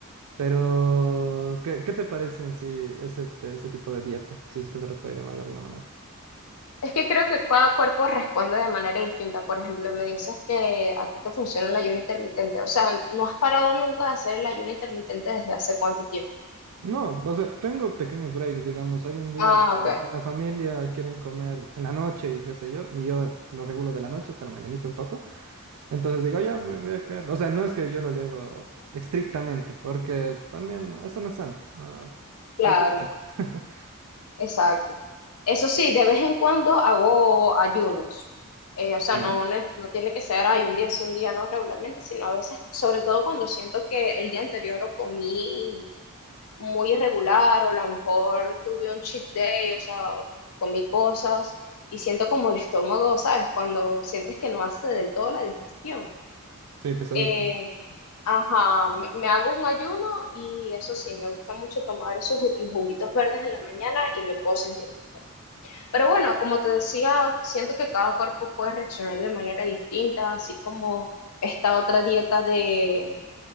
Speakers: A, on the right (about 85°); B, on the left (about 75°).
A: Pero, ¿qué, qué te parecen si ese, te- ese tipo de dieta, si es que se lo puede llamar de alguna manera?
B: Es que creo que cada cuerpo responde de manera distinta. Por ejemplo, me dices que a ti te funciona el ayuno intermitente. O sea, ¿no has parado nunca de hacer el ayuno intermitente desde hace cuánto tiempo?
A: No, o sea, tengo pequeños breaks, digamos. Hay un día
B: Ah,
A: que
B: ok.
A: en la familia quieren comer en la noche y qué sé yo, y yo lo regulo de la noche hasta la mañanita un poco. Entonces digo, "Ah, ya voy, voy a caer. O sea, no es que yo lo llevo estrictamente, porque también eso no es sano. no,
B: Claro,
A: de todo un poco. <laughs>
B: exacto. Eso sí, de vez en cuando hago ayunos. Eh, o sea,
A: ¿Yo?
B: no, ne- no tiene que ser hay un día sí, un día no regularmente, sino a veces, sobre todo cuando siento que el día anterior o comí muy irregular o a lo mejor tuve un cheat day, o sea, comí cosas y siento como el estómago, ¿sabes? Cuando sientes que no hace del todo la digestión.
A: Sí, pesadito.
B: Eh, ajá, me, me hago un ayuno y eso sí, me gusta mucho tomar esos ju- mis juguitos verdes en la mañana y me puedo sentir mejor. Pero bueno, como te decía, siento que cada cuerpo puede reaccionar de manera distinta, así como esta otra dieta de,